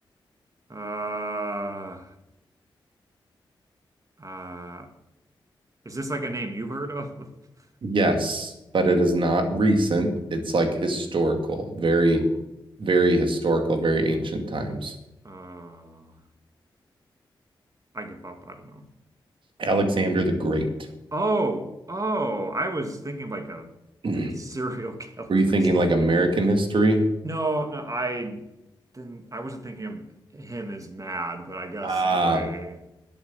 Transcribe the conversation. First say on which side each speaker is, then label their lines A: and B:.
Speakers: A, on the right; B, on the right.
A: uh, uh, is this like a name you've heard of? <laughs>
B: Yes, but it is not recent. It's like historical, very,
A: Oh,
B: very historical, very ancient times.
A: uh, I give up. I don't know.
B: Alexander the Great.
A: Oh, oh, I was thinking like a
B: <clears throat> Were
A: like a serial <laughs> killer
B: you thinking
A: or something.
B: like American history?
A: No, no, I didn't. I wasn't thinking of him as mad, but I guess
B: Ah,
A: in a way,